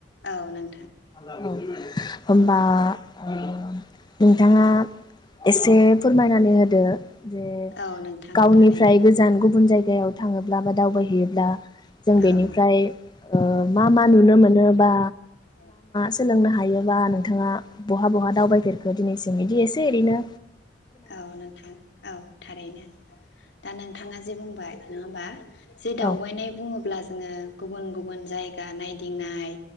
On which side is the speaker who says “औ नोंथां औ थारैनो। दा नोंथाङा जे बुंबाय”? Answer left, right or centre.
Left